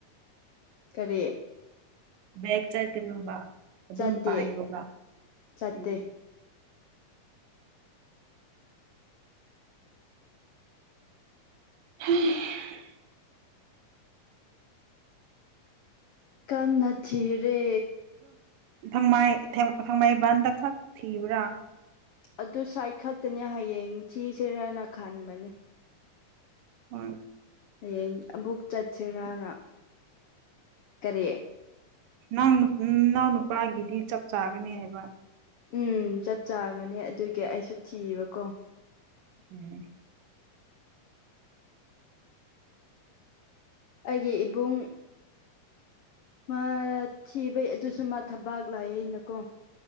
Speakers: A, on the left; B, on the right.
A: ꯀꯔꯤ
B: ꯕꯦꯛ ꯆꯠꯀꯅꯣꯕ ꯑꯗꯨꯝ
A: ꯆꯠꯇꯦ
B: ꯄꯥꯏꯣꯕ
A: ꯆꯠꯇꯦ
B: ꯎꯝ <unintelligible>
A: ꯀꯊꯤꯔꯦ
B: ꯊꯪꯃꯥꯏ ꯐꯪꯃꯥꯏꯕꯟꯗ ꯊꯛ ꯊꯤꯕ꯭ꯔꯥ
A: ꯑꯗꯨ ꯁꯥꯏꯠ ꯈꯛꯇꯅꯦ ꯍꯌꯦꯡ ꯊꯤꯁꯤꯔꯅ ꯈꯟꯕꯅꯦ
B: ꯍ
A: ꯍꯌꯦꯡ ꯑꯃꯨꯛ ꯆꯠꯁꯤꯔꯅ ꯀꯔꯤꯦ
B: ꯅꯪ ꯅꯅꯥꯎ ꯅꯨꯄꯥꯒꯤꯗꯤ ꯆꯞ ꯆꯥꯒꯅꯦ ꯍꯥꯏꯕ
A: ꯎꯝ ꯆꯞ ꯆꯥꯒꯅꯤ ꯑꯗꯨꯒꯤ ꯑꯩꯁꯨ ꯊꯤꯕꯀꯣ
B: ꯎꯝ
A: ꯑꯩꯒꯤ ꯏꯕꯨꯡ ꯃꯥ ꯊꯤꯕꯩ ꯑꯗꯨꯁꯨ ꯃꯥ ꯊꯕꯥꯛ ꯂꯥꯛꯑꯩꯅꯀꯣ